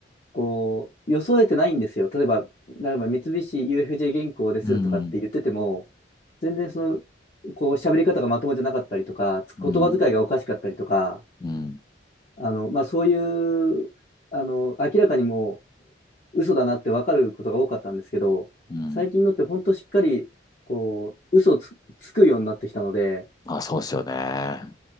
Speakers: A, on the left; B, on the left.
A: こう、装えてないんですよ。例えば、例えば三菱 UFJ 銀行ですとかって言ってても、
B: うん、
A: 全然その、こう、喋り方がまともじゃなかったりとか、つ言葉遣いがおかしかったりとか、
B: うん、うん、
A: あの、まあ、そういう、あの、明らかにもう嘘だなって分かることが多かったんですけど、
B: うん。
A: 最近のって本当しっかり、こう、嘘をつ、つくようになってきたので、
B: あ、そうですよね。